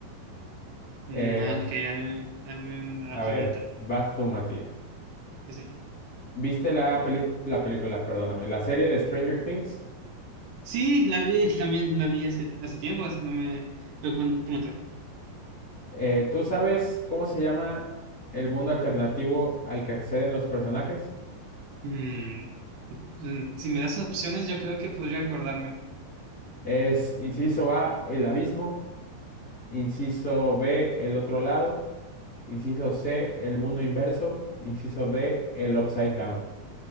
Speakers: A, on the right; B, on the left.
A: No,
B: Eh,
A: ok, dame, dame una
B: a
A: pregunta.
B: ver, vas tú, Mati.
A: Que Sí,
B: ¿Viste la peli- la película, perdóname, la serie de Stranger Things?
A: Sí, la vi, también la vi hace, hace tiempo, así no me pregun- pregunto.
B: Eh, ¿tú sabes cómo se llama el mundo alternativo al que acceden los personajes?
A: Mm, mm, si me das opciones, yo creo que podría acordarme.
B: Es inciso A, el abismo, inciso B, el otro lado, inciso C, el mundo inverso, inciso D, el upside down.